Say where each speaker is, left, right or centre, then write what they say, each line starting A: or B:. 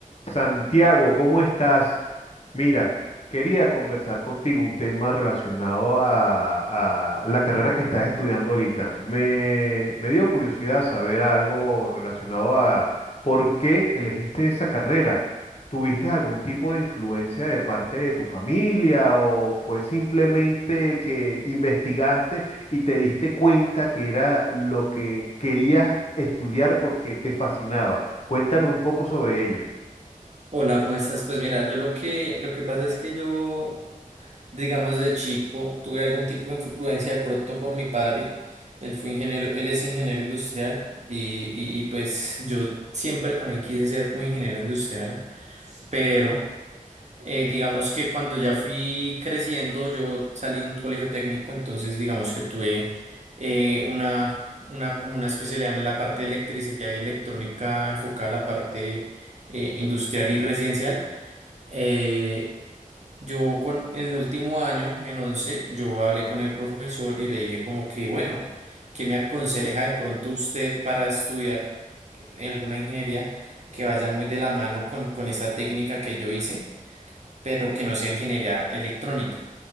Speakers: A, on the left (about 45°); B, on the right (about 55°).
A: Santiago, ¿cómo estás? Mira, quería conversar contigo un tema relacionado a, a la carrera que estás estudiando ahorita. Me, me dio curiosidad saber algo relacionado a por qué elegiste esa carrera. ¿Tuviste algún tipo de influencia de parte de tu familia o fue simplemente que investigaste y te diste cuenta que era lo que querías estudiar porque te fascinaba? Cuéntame un poco sobre ello.
B: Hola, ¿cómo estás? Pues mira, yo lo que, lo que pasa es que yo, digamos, de chico tuve algún tipo de influencia de pronto por mi padre. Él fue ingeniero, él es ingeniero industrial y, y- y, pues yo siempre también quise ser como ingeniero industrial, pero eh, digamos que cuando ya fui creciendo, yo salí de un colegio técnico, entonces digamos que tuve eh, una, una, como una especialidad en la parte de electricidad y electrónica enfocada a la parte eh, industrial y residencial. Eh, yo con, en el último año, en 11 yo hablé con el profesor y le dije como que, bueno, ¿qué me aconseja de pronto usted para estudiar alguna ingeniería que vaya muy de la mano con, con esta técnica que yo hice, pero que no sea ingeniería electrónica?